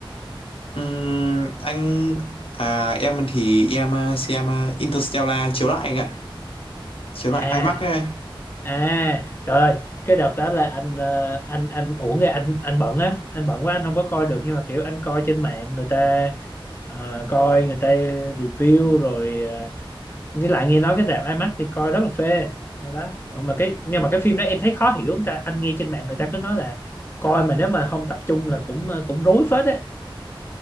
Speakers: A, on the left; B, on the left.
A: Ừm, anh à em thì em à, xem à, Interstellar chiếu lại anh ạ. Chiếu
B: à
A: lại IMAX ấy.
B: à trời ơi cái đợt đó là anh ờ, anh anh uổng rồi anh anh bận á anh bận quá anh không có coi được nhưng mà kiểu anh coi trên mạng người ta ờ, coi người ta review rồi ờ, với lại nghe nói cái rạp IMAX thì coi rất là phê đó, đó. Ờ, mà cái nhưng mà cái phim đó em thấy khó hiểu người ta anh nghe trên mạng người ta cứ nói là coi mà nếu mà không tập trung là cũng ờ, cũng rối phết á